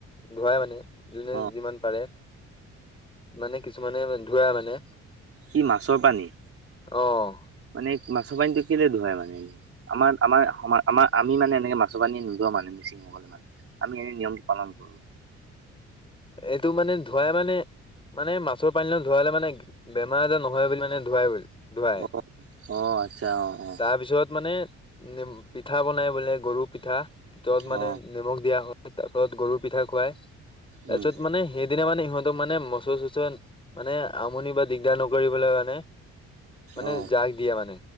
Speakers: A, on the left; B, on the right.
A: ধুৱাই মানে যোনে
B: অ
A: যিমান পাৰে। মানে কিছুমানে ধুৱাই মানে
B: কি মাছৰ পানী?
A: অঁ
B: মানে মাছৰ পানীটো কেলে ধুৱাই মানে। আমাৰ আমাৰ আম আমি মানে এনেকে মাছ পানী নোলোৱা মানে মিচিংসকলে মান আমি এনে নিয়মটো পালো <unintelligible>
A: এইটো মানে ধুৱাই মানে মানে মাছৰ পানী ধুৱালে মানে বেম আজাৰ নহয় বুলি মানে ধুৱাই ধুৱাই
B: অ অ আচ্ছা অ অ
A: তাৰ পিছত মানে পিঠা বনাই বোলে গৰু পিঠা যত মানে
B: অ
A: নিমখ দিয়া হয় তাৰ পিছত গৰু পিঠা খুৱাই তাৰপিছত
B: উম
A: মানে সেইদিনা মানে সিহঁতক মানে মচুৰ চচুৰ মানে আমনি বা দিগদাৰ নকৰিবলে মানে মানে
B: অ
A: জাক দিয়ে মানে